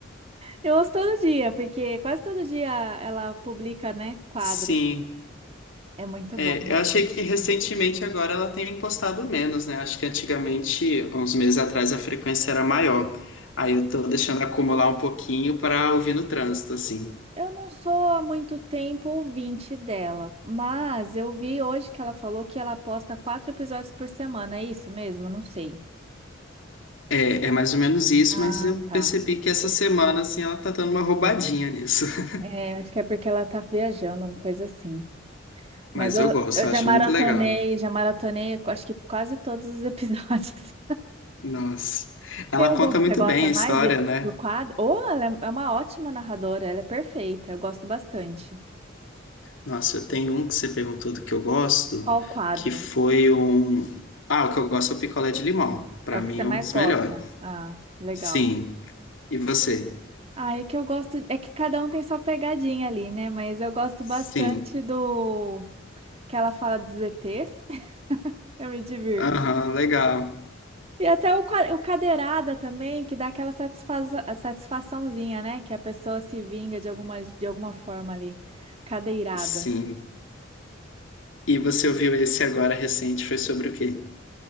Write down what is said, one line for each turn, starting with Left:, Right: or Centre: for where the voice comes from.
Right: Eu ouço todo dia, porque quase todo dia ela publica, né, quadro.
Left: Sim.
Right: É muito
Left: É,
Right: bom, né?
Left: eu achei que recentemente agora ela tem postado menos, né? Acho que antigamente, há uns meses atrás, a frequência era maior. Aí eu tô deixando acumular um pouquinho para ouvir no trânsito, assim.
Right: Eu não sou há muito tempo ouvinte dela, mas eu vi hoje que ela falou que ela posta quatro episódios por semana. É isso mesmo? Não sei.
Left: É, é mais ou menos isso,
Right: Ah,
Left: mas eu
Right: tá.
Left: percebi que essa semana, assim, ela tá dando uma roubadinha nisso. <laughs>
Right: É, acho que é porque ela tá viajando, uma coisa assim. Mas
Left: Mas
Right: eu,
Left: eu gosto,
Right: eu
Left: eu
Right: já
Left: acho
Right: maratonei,
Left: muito legal.
Right: já maratonei, acho que quase todos os episódios
Left: Nossa.
Right: <laughs>
Left: Ela
Right: Tem algum
Left: conta
Right: que
Left: muito
Right: você gosta
Left: bem a
Right: mais?
Left: história,
Right: E
Left: né?
Right: do quadro. Ou ela é é uma ótima narradora, ela é perfeita, eu gosto bastante.
Left: Nossa, eu tenho um que você perguntou do que eu gosto,
Right: Qual o quadro?
Left: que foi um. Ah, o que eu gosto é o picolé de limão. Pra
Right: É o
Left: mim
Right: que você
Left: é
Right: mais
Left: um dos
Right: gosta?
Left: melhores.
Right: Ah, legal.
Left: Sim. E você?
Right: Ah, é que eu gosto. É que cada um tem sua pegadinha ali, né? Mas eu gosto
Left: Sim.
Right: bastante do que ela fala dos ETs. <laughs> Eu me divirto.
Left: Aham, legal.
Right: E até o, qua- o cadeirada também, que dá aquela satisfaza- satisfaçãozinha, né? Que a pessoa se vinga de alguma, de alguma forma ali. Cadeirada.
Left: Sim. E você ouviu esse agora recente, foi sobre o quê?